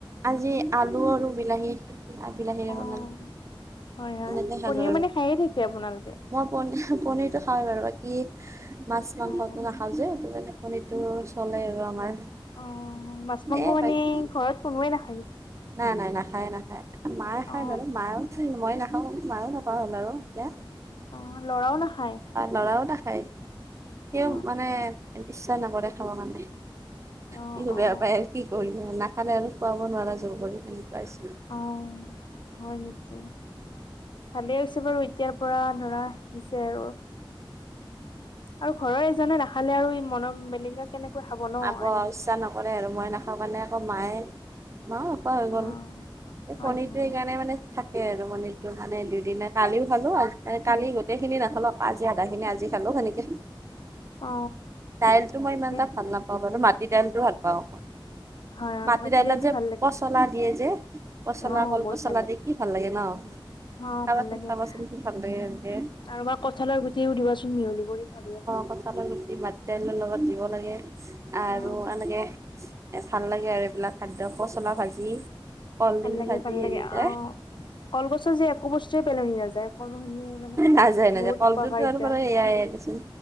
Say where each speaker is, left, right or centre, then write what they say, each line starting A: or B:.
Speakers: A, on the right; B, on the left.
A: আজি আলু আৰু বিলাহী। বিলাহীৰে
B: অ'
A: বনালো
B: হয় হয়।
A: এনেকে খালো
B: পনীৰ
A: আৰু।
B: মানে খায়ে থাকে আপোনালোকে।
A: মই পন পনীৰতটো খাওঁ বাৰু বাকী মাছ মাংসটো
B: হয় হয়
A: নাখাওঁ যে সেইে। সেইটো চলে আৰু আমাৰ।
B: অ' মাছ মাংস
A: এ
B: মানে
A: বাকী
B: ঘৰত কোনোৱে নাখায় নেকি?
A: নাই, নাই নাখায় নাখায়। মায়ে খায়
B: অ
A: বাৰু মায়ে মই নাখাওঁ মায়েও নোখোৱা হ'ল আৰু এতিয়া।
B: অ লৰাও নাখায়
A: লৰাও নাখাই সিও
B: অ
A: মানে ইচ্ছা নকৰে খাবৰ কাৰণে।
B: অ
A: সিও বেয়া
B: অ
A: পায় আৰু কি কৰিব নাখালে আৰু খোৱাব নোৱাৰা যুৰ কৰি সেনেকুৱাই।
B: অ', হয় নিশ্চয়। ভালে হৈছে বাৰু এতিয়াৰ পৰা ল'ৰা শিকিছে আৰু। আৰু ঘৰৰ এজনে নাখালে আৰু মন বেলেগে কেনেকৈ খাব ন'।
A: আবা
B: আনি
A: ইচ্ছা নকৰে আৰু মই নাখাওঁ কাৰানে আকৌ মায়ে। হৈ
B: অ
A: গ'ল এই
B: হয়
A: পনীৰটো
B: হয়
A: সেইকাৰণে মানে থাকে আৰু পনীৰটো মানে দুই দিনত কালিও খালো কালি গোটেই খিনি নাখালো আজি আধা খিনি আজি খালো সেনেকে
B: অ
A: দাইল তো মই
B: ঠিকে
A: ইমানতা
B: আছে
A: ইমান ভাল নাপাওঁ। মাটি দাইলটো ভাল পাওঁ।
B: হয় হয়
A: মাটিদাইলত
B: মাটি দাইলটো
A: যে
B: ভাল লাগে
A: পচলা দিয়ে যে পচলা
B: অ
A: কল
B: বহুত
A: পচলা
B: ভাল
A: দি কি ভাল লাগে ন'।
B: অ
A: খাবাচোন
B: ভাল লাগে
A: খাবাচোন
B: আৰুণ্ট
A: কি ভাল লাগে এনেকে
B: কঠালৰ গুটিও দিবাচোন মিহলি কৰি মিহলি
A: কঠালৰ গুটি মাটি দাইলৰ লগত দিব লাগে আৰু
B: অ',
A: এনেকে এ ভাল লাগে আৰু এইবিলাক খাদ্য। পচলা ভাজি। কলডিল
B: ভাল লাগে
A: ভাজি
B: ভাল লাগে।
A: এনেকে
B: অ' কলগছৰ যে একো বস্তুয়ে পেলনি নাযায়। কলখিনি মানে
A: নাযায় নাযায়।
B: বহুত
A: কলগছৰ
B: উপকাৰিতা।
A: পৰা সয়াই